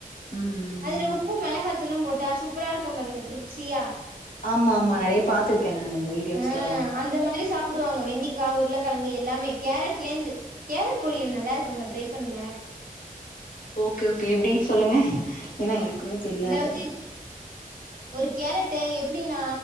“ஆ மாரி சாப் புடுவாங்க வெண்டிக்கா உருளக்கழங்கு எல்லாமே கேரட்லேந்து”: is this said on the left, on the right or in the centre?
Right